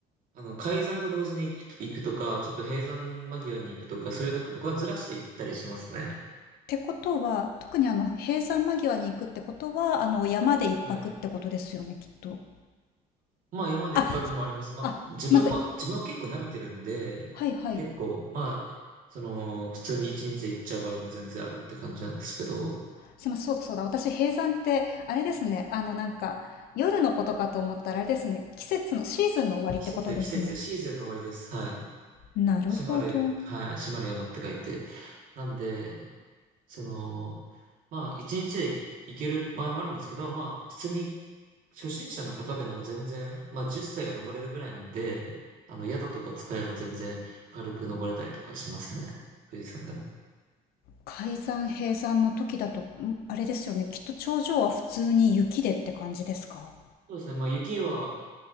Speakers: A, on the right (about 55°); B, on the left (about 70°).
A: あの、開山と同時に行く行くとか、ちょっと閉山間際に行くとか、そういうなんか僕はずらしていったりしますね。
B: ってことは、特にあの、閉山間際に行くってことは、あの、山で一泊ってことですよね、
A: はい。
B: きっと。
A: まあ山で一泊もあります。
B: あ、
A: まあ自分も、
B: あ、ごめんなさい。
A: 自分は結構慣れてるんで、
B: はいはい。
A: 結構、まあ、その、普通に一日で行っちゃう場合も全然あるって感じなんですけど、
B: すいません、そうだそうだ。私、閉山って、あれですね。あの、なんか、夜のことかと思ったら、あれですね。季節の、シーズンの終わりってことですね。
A: あ季節で季節、シーズンの終わりです。はい。
B: なるほど。
A: 閉まる、はい、閉まる山って書いて。なんで、その、まあ一日で行ける場合もあるんですけど、まあ普通に初心者の方でも全然、まあ10歳が登れるぐらいなんで、あの宿とか使えば全然軽く登れたりとかしますね。富士山でも。
B: 改ざん閉山の時だと、あれですよね。きっと頂上は普通に雪でって感じですか
A: そうですね。まあ、雪は、